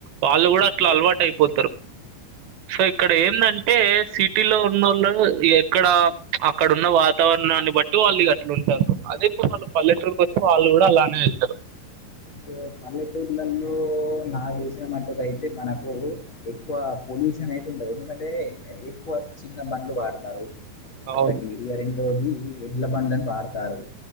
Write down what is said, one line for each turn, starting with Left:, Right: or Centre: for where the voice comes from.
Right: వాళ్ళు కూడా అట్లా అలవాటు అయిపో సో ఇక్కడ ఏందంటే సిటీలో ఉన్నోళ్లు ఎక్కడ అక్కడ ఉన్న వాతావరణాన్ని బట్టి వాళ్ళు ఇగ అట్లుంటరు. అదే ఇప్పుడు వాళ్ళు పల్లెటూరుకి వచ్చి వాళ్ళుకూడా అలానే అయితరు.
Left: సో పల్లెటూర్లలో నాకు తెలిసిన మటుకు అయితే మనకు ఎక్కువ పొ పొల్యూషన్ అయితుండదు. ఎందుకంటే ఎక్కువ చిన్న బండ్లు వాడ తారు ఒకటి
Right: అవును.
Left: ఇగ రెండోది ఎడ్లబండ్లని వాడతారు.